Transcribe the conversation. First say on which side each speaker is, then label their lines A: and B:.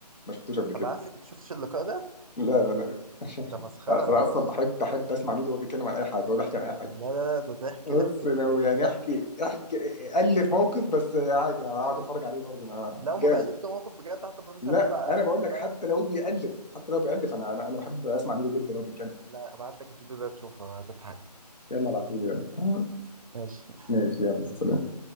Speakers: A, on the left; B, on the right.
A: ما شفتوش قبل كده
B: هبعت لك انت شفتش اللقاء ده
A: لا لا لا <laughs>
B: ده مسخره
A: انا اصلا بحب بحب اسمع ميدو وهو بيتكلم عن اي حاجه هو بيحكي عن اي حاجه
B: لا لا لا ده ضحك
A: بص
B: ضحك ضحك
A: لو يعني
B: جامد
A: احكي احكي الف موقف بس عادي هقعد اتفرج عليه برضه انا
B: لو ما
A: جامد
B: بقلبش ده موقف بجد حتى بروفيسور
A: لا
B: طلع
A: انا
B: قال
A: بقول
B: وبتاع
A: لك حتى لو بيالف حتى لو بيالف انا انا انا بحب اسمع ميدو جدا وهو بيتكلم
B: لا ابعت لك الفيديو ده تشوفه هتضحك
A: يلا ابعتولي يلا
B: ماشي
A: ماشي يلا سلام